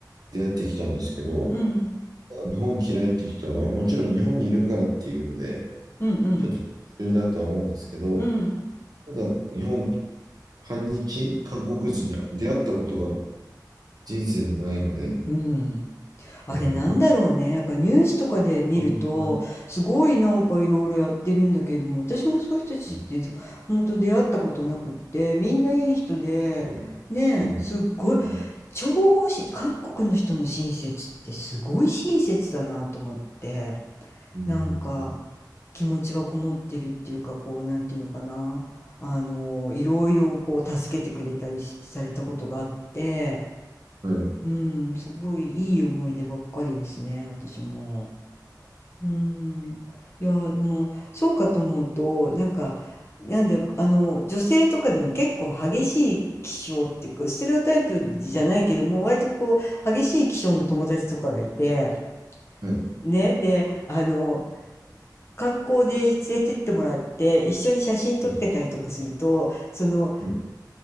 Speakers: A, on the right (about 65°); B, on the left (about 35°).
A: 出会ってきたんですけど、
B: うん
A: なんか日本嫌いっていう人は、もちろん日本にいるからっていうので、
B: うんうん
A: ちょっと途中だとは思うんですけど、
B: うん。
A: ただ日本反日韓国人に出会ったことが人生でないので、
B: うん。あれなんだろうね。
A: うん、なんか、
B: なんかニュースとかで見ると、
A: 韓国はい
B: すごいなんかいろいろやってるんだけれども、私もそういう人たちって、
A: うん、
B: 本当出会ったことなくって、みんないい人で、
A: うん、
B: ねえ、
A: うん、
B: すっごい、
A: うん、
B: 超し、韓国の人の親切ってすごい親切だなと思って、
A: うん
B: なんか気持ちがこもってるっていうか、こう、なんていうのかな。あの、いろいろこう助けてくれたりしされたことがあって、
A: はい、
B: うん、すごいいい思い出ばっかりですね、私も。うん。いやー、でも、そうかと思うと、なんか、なんだ、あの、女性とかでも結構激しい気性っていうか、ステレオタイプじゃないけども、割とこう、激しい気性の友達とかがいて、
A: はい、
B: ね、で、あの、観光で連れてってもらって、一緒に写真撮ってたりとかすると、
A: はい、
B: その、
A: はい。